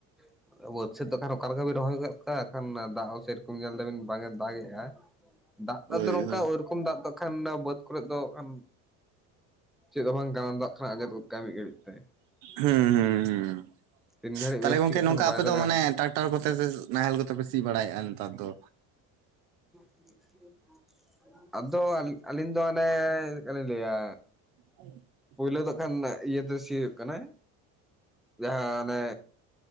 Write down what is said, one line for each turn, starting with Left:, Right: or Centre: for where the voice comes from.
Centre: <inaudible> ᱟᱵᱟᱹᱫᱽ ᱥᱮᱫ ᱫᱚ ᱠᱷᱟᱱ ᱚᱠᱟ ᱞᱮᱠᱟ ᱵᱤᱱ ᱨᱚᱦᱚᱭ ᱜᱚᱫ ᱠᱟᱜ-ᱟ ᱠᱷᱟᱱ ᱫᱟᱜ ᱦᱚᱸ ᱥᱮᱭᱨᱚᱠᱚᱢ ᱧᱮᱞᱫᱟᱵᱤᱱ ᱵᱟᱝ ᱮ ᱫᱟᱜᱮᱜᱼᱟ, ᱫᱟᱜ ᱫᱟᱜ
Right: ᱦᱳᱭ
Centre: ᱫᱚ ᱱᱚᱝᱠᱟ
Right: ᱦᱳᱭ
Centre: ᱳᱭᱨᱚᱠᱚᱢ ᱫᱟᱜ ᱫᱚ ᱠᱷᱟᱱ ᱵᱟᱹᱫ ᱠᱚᱨᱮ ᱫᱚ ᱠᱷᱟᱱ ᱪᱮᱫ ᱦᱚᱸ ᱵᱟᱝ ᱠᱟᱱᱟ ᱚᱱᱟ ᱫᱚ ᱠᱷᱟᱱ ᱟᱸᱡᱮᱫ ᱜᱚᱫ ᱠᱟᱭ ᱢᱤᱫ ᱜᱷᱟᱹᱲᱤᱡ ᱛᱮ᱾
Right: ᱦᱩᱸ ᱦᱩᱸ ᱦᱩᱸ
Centre: ᱛᱤᱱ ᱜᱷᱟᱹᱲᱤᱡ
Right: ᱛᱟᱦᱞᱮ
Centre: ᱵᱮᱥ
Right: ᱜᱚᱝᱠᱮ
Centre: ᱴᱷᱤᱠ
Right: ᱱᱚᱝᱠᱟ
Centre: ᱠᱷᱟᱱ ᱵᱟᱭ
Right: ᱟᱯᱮ
Centre: ᱫᱟᱜᱟ
Right: ᱫᱚ ᱢᱟᱱᱮ ᱴᱟᱠ ᱴᱟᱨ ᱠᱚᱛᱮ ᱥᱮ ᱱᱟᱦᱮᱞ ᱠᱚᱛᱮ ᱯᱮ ᱥᱤ ᱵᱟᱲᱟᱭᱮᱫᱼᱟ ᱱᱮᱛᱟᱨ ᱫᱚ?
Centre: <inaudible> ᱟᱫᱚ ᱟᱹᱞᱤᱧ ᱫᱚ ᱚᱱᱮ ᱪᱮᱫᱠᱟ ᱞᱤᱧ ᱞᱟᱹᱭᱟ,
Right: <inaudible>
Centre: ᱯᱩᱭᱞᱳ ᱫᱚ ᱠᱷᱟᱱ ᱤᱭᱟᱹᱛᱮ ᱥᱤ ᱦᱩᱭᱩᱜ ᱠᱟᱱᱟ, ᱡᱟᱦᱟᱸ ᱚᱱᱮ